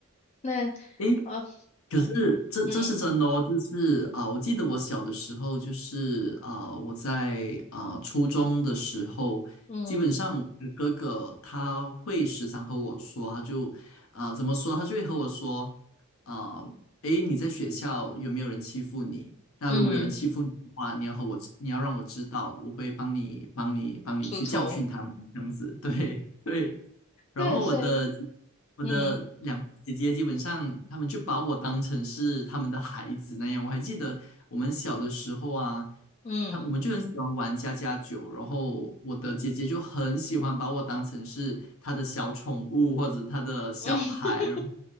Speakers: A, on the left; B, on the left.
A: 那
B: 诶，
A: 哦，
B: 可是这这是真的哦，
A: 嗯
B: 就是啊、我记得我小的时候，就是啊、我在啊、初中的时候，
A: 嗯
B: 基本上我的哥哥他会时常和我说，他就啊、怎么说，他就会和我说啊，诶，你在学校有没有人欺负你？那如果有人欺负你的话，
A: 嗯，
B: 你要和我，你要让我知道，我会帮你帮你帮你去教训他们，
A: 出头，
B: 这样子，对对。
A: <laughs>
B: 然后我的
A: 对，所以
B: 我的两个姐姐基本上，
A: 嗯
B: 她们就把我当成是她们的孩子那样。我还记得我们小的时候啊，
A: 嗯，
B: 她我们就很喜欢玩家家酒，然后我的姐姐就很喜欢把我当成是她的小宠物或者她的小孩，
A: <laughs> 嗯
B: 然后